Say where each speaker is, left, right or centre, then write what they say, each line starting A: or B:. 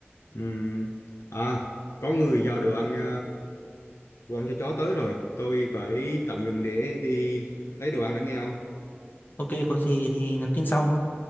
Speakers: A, on the left; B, on the left.
A: Ừm, À, có người giao đồ ăn ờ, đồ ăn cho chó tới rồi. Tôi phải tạm ngừng để đi lấy đồ ăn đã nghe không?
B: ok có gì thì nhắn tin sau